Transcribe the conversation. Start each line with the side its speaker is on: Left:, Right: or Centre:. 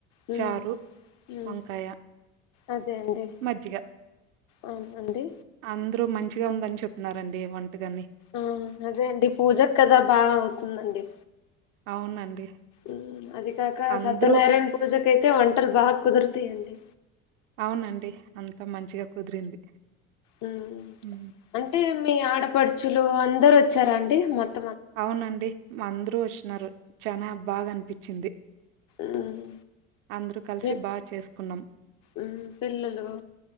Left: మ్మ్
Right: చారు
Left: మ్మ్
Right: వంకాయ
Left: అదే అండి
Right: మజ్జిగ
Left: అవునండి
Right: అందరూ మం చిగా ఉందని చెప్నారండి వంటుగాని
Left: ఆ అదే అండి పూజ కదా బాగా అవుతుందండి
Right: అవునండి
Left: ఊ అది కాక
Right: అందరూ
Left: సత్యనారాయణ పూజకు అయితే వంటలు బాగ్ కుదురుతై అండి
Right: అవునండి అంతా మంచిగా కుదిరింది
Left: మ్మ్
Right: ఊ
Left: అంటే మీ ఆడపడుచులు అందరు వచ్చారాండి మొత్త్
Right: అవునండి అందురూ వష్ నారు చానా బాగనిపిచ్చింది
Left: మ్మ్
Right: అందురూ కలిసి
Left: మీ
Right: బా చేసుకున్నం
Left: మ్మ్ పిల్లలు